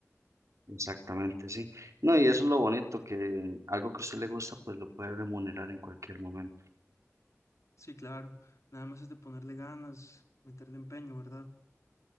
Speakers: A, on the right; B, on the left.
A: Exactamente, sí. No, y eso es lo bonito, que algo que a usted le gusta, pues lo puede remunerar en cualquier momento.
B: Sí, claro, nada más es de ponerle ganas, meterle empeño, ¿verdad?